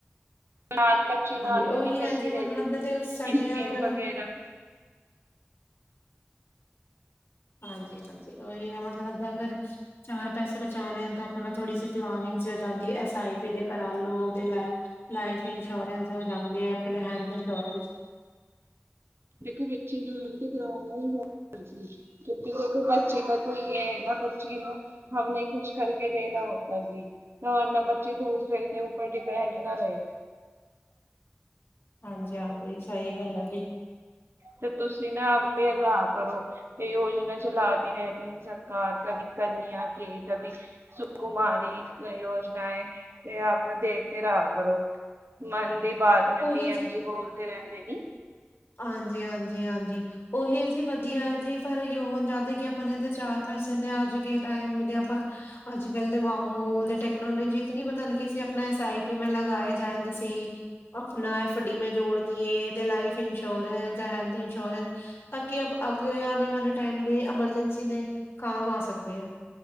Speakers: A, on the right; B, on the left.
A: <unintelligible> ਬੱਚੇ ਨਾਲ
B: ਹਾਂਜੀ
A: ਵੀ
B: ਉਹੀ
A: ਨਿਕਲਤੀ
B: ਹੈ ਜੀ
A: ਰਹਿਤੀ
B: ਮਤਲਬ
A: ਥੀ
B: ਦੇ ਸਾਡੇ
A: ਇਸ <unintelligible>
B: ਅਗਰ
A: ਵਗੈਰਾ
B: ਹਾਂਜੀ, ਹਾਂਜੀ ਉਹੀ ਐ ਮਤਲਬ <unintelligible> ਅਗਰ ਚਾਰ ਪੈਸੇ ਬਚਾਣੇ ਨੇ ਤਾਂ ਹਨਾ ਥੋੜੀ ਸੀ ਪਲਾਨਿੰਗ ਚ ਜਾਂਦੀ ਐਸ ਆਈ ਪੀ ਦੇ ਕਰਾ ਲੋਓ, ਦੇ ਲੈ ਲਾਈਫ ਇੰਸ਼ੋਰੈਂਸ ਹੋ ਜਾਂਦੇ ਐ <unintelligible> ਇੰਸ਼ੌਰੈਂਸ।
A: ਦੇਖੋ ਬੱਚੇ ਨਾਲ ਤੇ ਕਰਾਣਾ ਈ ਆ ਕਿਉਕਿ ਦੇਖੋ ਬੱਚੇ ਕਾ ਤੋ ਯੇ ਐ ਨਾ ਬੱਚੀ ਨੂੰ ਹਮ ਨੇ ਕੁਛ ਕਰਕੇ ਦੇਣਾ ਹੋਤਾ ਸੀ <unintelligible> ਨਾ ਬੱਚੇ ਦੂਸਰੇ ਕੇ ਉਪਰ ਡਿਪੈਂਡ ਨਾ ਰਏ।
B: ਹਾਂਜੀ-ਹਾਂਜੀ, ਸਈ ਗੱਲ ਆ ਜੀ।
A: ਤੇ ਤੁਸੀਂ ਨਾ <unintelligible> ਕਰੋ ਤੇ ਯੋਜਨਾ ਚਲਾਤੀ ਰਹਿਤੀ ਈ ਸਰਕਾਰ ਕਦੀ ਕਰਨੀ ਆ ਕੇ ਕਬੀ ਸੁਕੁਮਾਰੀ ਯੋਜਨਾ ਏ ਤੇ ਆਪ ਨਾਂ ਦੇਖ ਤੇ ਰਹਾ ਕਰੋ। ਮਨ ਦੀ ਬਾਤ ਮੇ
B: ਉਹੀ
A: ਪੀ ਐਮ ਜੀ ਬੋਲਦੇ ਰਹਿੰਦੇ ਨੀ
B: ਹਾਂਜੀ ਹਾਂਜੀ ਹਾਂਜੀ ਉਹੀ ਐ ਜੀ ਵਧੀਆ ਜੀ। ਪਰ ਜੌ ਹੋ ਜਾਦੇ ਕਿ ਆਪਨੇ ਦੇ ਚਾਰ ਪੈਸੇ ਦੇ ਅੱਜ ਕੇ ਟਾਈਮ ਦੇ ਆਪਾ ਅੱਜ ਕੱਲ ਦੇ ਮਾਹੌਲ ਦੇ ਟੈਕਨੋਲੋਜੀ ਇਤਨੀ ਬਦਲ ਗਈ ਸੀ ਆਪਣਾ ਮੈਂ ਲਗਾਏ ਜਾਂਦੇ ਸੀ। ਨਾ ਇਹ ਫੱਡੀ ਮੈਂ ਜੋੜਦੀਏ ਤੇ ਲਾਈਫ ਇੰਸ਼ੋਰੈਂਸ ਹੈਲਥ ਇੰਸ਼ੋਰੈਂਸ ਤਾਂ ਕਿ ਅੱਗੇ ਆਣੇ ਵਾਲੇ ਟਾਈਮ ਦੇ ਐਮਰਜੈਂਸੀ ਦੇ ਕਾਮ ਆ ਸਕਦੇ ਆ।